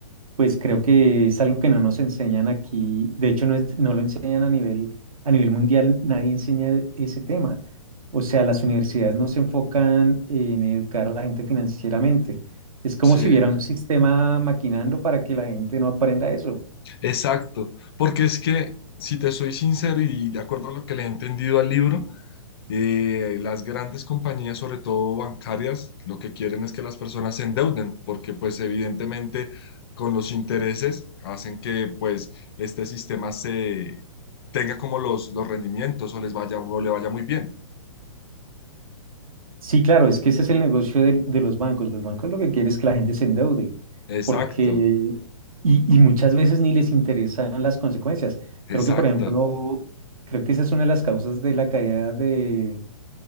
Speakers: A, on the right; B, on the left.
A: pues creo que es algo que no nos enseñan aquí. De hecho, no es, no lo enseñan a nivel, a nivel mundial, nadie enseña e- ese tema. O sea, las universidades no se enfocan en educar a la gente financieramente. Es como
B: Sí,
A: si hubiera un sistema maquinando para que la gente no aprenda eso.
B: exacto, porque es que, si te soy sincero y de acuerdo a lo que le he entendido al libro, Eh, las grandes compañías, sobre todo bancarias, lo que quieren es que las personas se endeuden, porque pues evidentemente con los intereses hacen que pues este sistema se tenga como los, los rendimientos o les vaya o le vaya muy bien.
A: Sí, claro, es que ese es el negocio del- de, los bancos. Los bancos lo que quieren es que la gente se endeude,
B: Exacto,
A: porque, y, y muchas veces ni les interesan las consecuencias.
B: exacto.
A: Creo que, por ejemplo, creo que esa es una de las causas de la caída de